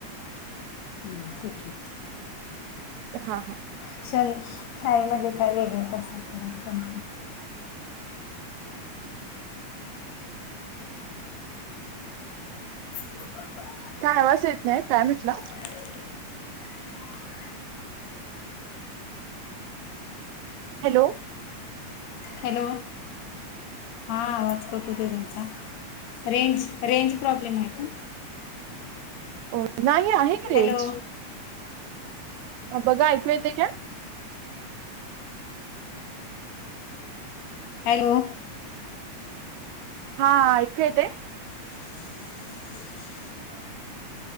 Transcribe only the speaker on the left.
हम् ठीेके.
क्षण शाळेमध्ये काय वेगळेच असतात सोडा क्षण. <unintelligible>
<unintelligible>
हॅलो हा आवाज कठ होते तुमचा? रेंज रेंज प्रॉब्लेम आहे का?
हॅलो.
हॅलो.
<unintelligible>